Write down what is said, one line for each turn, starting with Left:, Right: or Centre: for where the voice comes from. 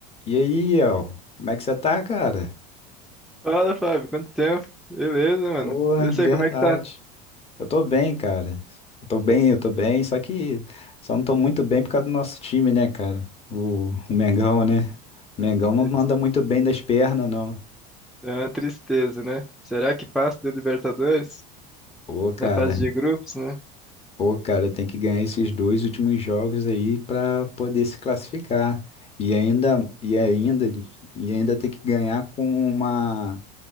Left: E aí, El, como é que você tá, cara?
Centre: Fala, Fábio, quanto tempo? Beleza, mano.
Left: Boa,
Centre: Eu
Left: verdade.
Centre: sei como é que tá.
Left: Eu tô bem, cara. Eu tô bem, eu tô bem, só que só não tô muito bem por causa do nosso time, né, cara? O, o Mengão, né? O Mengão não
Centre: Aqui.
Left: manda muito bem das pernas, não.
Centre: É uma tristeza, né? Será que passa da Libertadores?
Left: Pô, cara,
Centre: Da fase de grupos, né?
Left: pô, cara, tem que ganhar esses dois últimos jogos aí pra poder se classificar. E ainda, e ainda, e ainda tem que ganhar com uma,